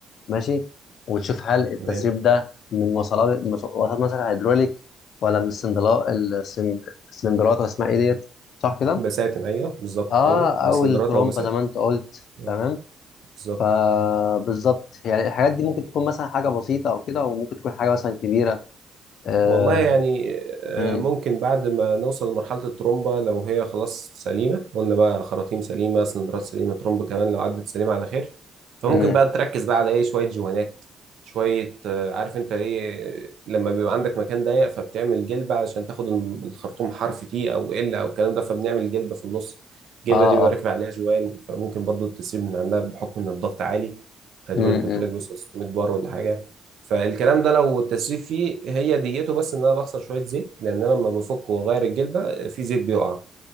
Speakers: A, on the left; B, on the right.
A: ماشي وتشوف هل التسريب
B: تمام
A: ده من وصلات من وصلات مثلا هيدروليك ولا من السندلا السن- السلندرات ولا اسمها ايه ديت صح كده
B: بساتم ايوه بالظبط
A: اه
B: ايوه
A: او
B: السلندرات
A: الترومبه
B: او بساتم
A: زي ما انت قلت
B: اه
A: تمام
B: بالظبط
A: فبالظبط يعني الحاجات دي ممكن تكون مثلا حاجه بسيطه او كده وممكن تكون حاجه مثلا كبيره آه
B: والله يعني آه،
A: مم.
B: ممكن بعد ما نوصل لمرحلة الترومبة لو هي خلاص سليمة قلنا بقى خراطيم سليمة سلندرات سليمة ترومبة كمان لو عدت سليمة على خير فممكن
A: مم.
B: بقى تركز بقى على ايه شوية جوانات شوية آه، عارف انت ايه آه، لما بيبقى عندك مكان ضيق فبتعمل جلبة علشان تاخد الم- الخرطوم حرف تي او ال او الكلام ده فبنعمل جلبة في النص الجلبة
A: اه
B: دي بيبقى
A: اه
B: راكب عليها جوان فممكن برضو التسريب من عندها بحكم ان الضغط عالي هيدروليك
A: مم.
B: قلت
A: مم.
B: لك بيوصل 600 بار ولا حاجة فالكلام ده لو التسريب فيه هي ديته بس ان انا بخسر شويه زيت لان انا لما بفك واغير الجلبه في زيت بيقع